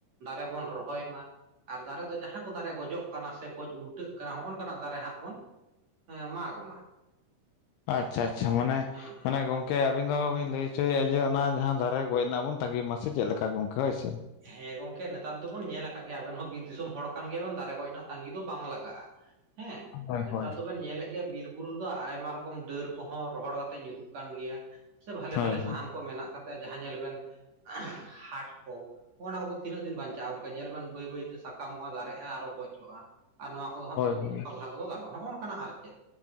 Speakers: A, on the right (about 45°); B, on the left (about 80°).
A: ᱫᱟᱨᱮ ᱵᱚᱱ ᱨᱚᱦᱚᱭ ᱢᱟ ᱾ ᱟᱨ ᱫᱟᱨᱮ ᱫᱚ ᱡᱟᱦᱟᱸ ᱠᱚ ᱫᱟᱨᱮ ᱜᱚᱡᱚᱜ ᱠᱟᱱᱟ ᱥᱮ ᱜᱚᱡ ᱩᱞᱴᱟᱹᱜ ᱠᱟᱱᱟ ᱦᱚᱸᱜᱼᱚ ᱱᱚᱝᱠᱟᱱᱟᱜ ᱫᱟᱨᱮ ᱦᱟᱸᱜ, ᱵᱚᱱ ᱢᱟᱜᱽ-ᱢᱟ ᱾
B: ᱟᱪᱷᱟ-ᱟᱪᱷᱟ ᱢᱟᱱᱮ
A: ᱦᱩᱸ
B: ᱢᱟᱱᱮ ᱜᱚᱝ ᱜᱚᱢᱠᱮ ᱟᱵᱤᱱ ᱫᱚᱵᱤᱱ ᱞᱟᱹᱭ ᱦᱚᱪᱚᱭᱮᱫᱼᱟ ᱡᱮ ᱚᱱᱟ ᱡᱟᱦᱟᱸ ᱫᱟᱨᱮ ᱜᱚᱡ ᱨᱮᱱᱟᱜ ᱵᱚᱱ ᱛᱟᱺᱜᱤ ᱢᱟᱥ ᱥᱮ ᱪᱮᱫ ᱞᱮᱠᱟ ᱜᱚᱢᱠᱮ ᱦᱳᱭ ᱥᱮ᱾
A: ᱦᱮᱸᱻ ᱜᱚᱝᱠᱮ ᱱᱮᱛᱟᱨ ᱫᱚᱵᱚᱱ ᱧᱮᱞ ᱟᱠᱟᱫ ᱜᱮᱭᱟ ᱟᱵᱮᱱ ᱦᱚᱸ ᱵᱤᱨ ᱫᱤᱥᱚᱢ, ᱦᱚᱲ ᱠᱟᱱ ᱜᱮᱭᱟ ᱵᱮᱱ ᱫᱟᱨᱮ ᱜᱚᱡ ᱨᱮᱱᱟᱜ ᱛᱟᱸᱜᱤ ᱫᱚ ᱵᱟᱝ ᱞᱟᱜᱟᱜᱼᱟ ᱦᱮᱸ
B: ᱦᱳᱭ
A: ᱱᱮᱛᱟᱨ
B: ᱦᱳᱭ
A: ᱫᱚᱵᱮᱱ ᱧᱮᱞᱮᱫ ᱜᱮᱭᱟ ᱾ ᱵᱤᱨ, ᱵᱩᱨᱩ ᱨᱮᱫᱚ ᱟᱭᱢᱟ ᱨᱚᱠᱚᱢ ᱰᱟᱹᱨ ᱠᱚᱦᱚᱸ ᱨᱚᱦᱚᱲ ᱠᱟᱛᱮ ᱧᱩᱨᱩᱜ ᱠᱟᱱ ᱜᱮᱭᱟ ᱥᱮ ᱵᱷᱟᱞᱮ
B: ᱦᱳᱭ
A: ᱵᱷᱟᱞᱮ ᱥᱟᱦᱟᱱ ᱠᱚ ᱢᱮᱱᱟᱜ ᱟᱠᱟᱫ ᱾ ᱡᱟᱦᱟᱸ ᱧᱮᱞ ᱵᱮᱱ ᱦᱮᱸᱻᱻᱦᱟᱴ ᱠᱚ ᱾ ᱦᱚᱸᱚᱱᱟ ᱠᱚᱫᱚ ᱛᱤᱱᱟᱹᱜ ᱫᱤᱱ ᱵᱟᱧᱪᱟᱜᱼᱟ ᱚᱱᱠᱟ ᱧᱮᱞ ᱵᱮᱱ ᱵᱟᱹᱭ ᱵᱟᱹᱭ ᱛᱮ ᱥᱟᱠᱟᱢᱚᱜᱼᱟ ᱫᱟᱨᱮᱜᱼᱟ ᱟᱨᱦᱚᱸᱜᱚᱡ ᱠᱚᱜᱼᱟ ᱾ ᱟᱨ ᱱᱚᱣᱟ ᱠᱚᱫᱚ ᱦᱟᱸᱜ ᱛᱚ
B: ᱦᱳᱭ
A: ᱩᱱᱫᱚ ᱯᱟᱞᱦᱟ ᱠᱚᱫᱚ ᱜᱟᱱᱚᱜᱼᱟ, ᱚᱱᱠᱟᱱᱟᱜ ᱟᱨ ᱪᱮᱫ?